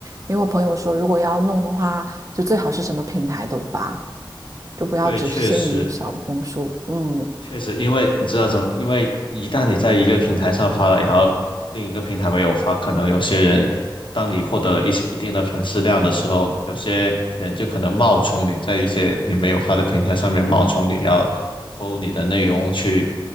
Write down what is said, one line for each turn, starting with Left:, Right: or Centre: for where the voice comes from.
Right: 因为我朋友说，如果要弄的话，就最好是什么平台都发，就不要只限于小红书，
Left: 对，确实。
Right: 嗯。
Left: 确实，因为你知道怎么，因为一旦你在一个平台上发了，然后另一个平台没有发，可能有些人，当你获得了一些一定的粉丝量的时候，有些人就可能冒充你，在一些你没有发的平台上面冒充你，然后偷你的内容去